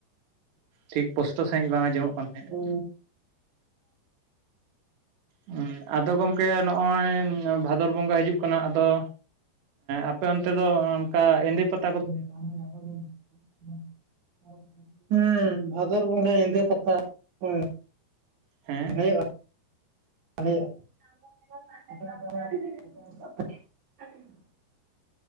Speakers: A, on the right; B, on the right.
A: ᱴᱷᱤᱠ ᱯᱚᱥᱴᱚ ᱥᱟᱹᱦᱤᱡ ᱵᱟᱝ ᱟᱸᱡᱚᱢᱚᱜ ᱠᱟᱱ ᱛᱟᱦᱮᱸᱫ
B: ᱚ᱾
A: ᱦᱩᱸ ᱟᱫᱚ ᱜᱚᱝᱠᱮ ᱱᱚᱸᱜᱼᱚᱭ ᱵᱷᱟᱫᱚᱨ ᱵᱚᱸᱜᱟ ᱦᱤᱡᱩᱜ ᱠᱟᱱᱟ ᱟᱫᱚ ᱟᱯᱮ ᱚᱱᱛᱮ ᱫᱚ ᱚᱱᱠᱟ ᱮᱸᱫᱮ ᱯᱟᱛ
B: <inaudible> ᱦᱮᱸ ᱵᱷᱟᱫᱚᱨ ᱵᱚᱸᱜᱟ ᱮᱸᱫᱮ ᱯᱟᱛᱟ ᱦᱮᱸ
A: ᱦᱮᱸ?
B: ᱦᱩᱭᱩᱜᱼᱟ <unintelligible>